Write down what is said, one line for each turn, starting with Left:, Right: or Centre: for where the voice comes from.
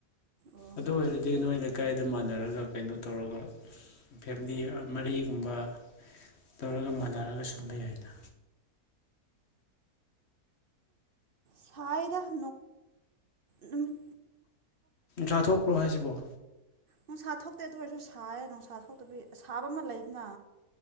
Right: ꯑꯣ
Left: ꯑꯗꯨ ꯑꯣꯏꯔꯗꯤ ꯅꯣꯏ ꯂꯩꯀꯥꯏꯗ ꯃꯥꯟꯅꯔꯒ ꯀꯩꯅꯣ ꯇꯧꯔꯒ ꯐꯦꯃꯤꯂꯤ ꯃꯔꯤꯒꯨꯝꯕ ꯇꯧꯔꯒ ꯃꯅꯔꯒ ꯁꯝꯕ ꯌꯥꯏꯅ
Right: ꯁꯗꯣꯡ ꯅꯨꯃꯤ
Left: ꯆꯊꯣꯛꯄ꯭ꯔꯚꯥꯏꯁꯤꯕꯨꯣ
Right: ꯅꯨꯡꯁꯥ ꯊꯣꯛꯇꯦ ꯑꯗꯨ ꯑꯣꯏꯔꯁꯨ ꯁꯥꯏꯌꯦ ꯅꯨꯡꯁꯥ ꯊꯣꯛꯇꯕꯤ ꯁꯥꯕ ꯑꯃ ꯂꯩꯗꯅ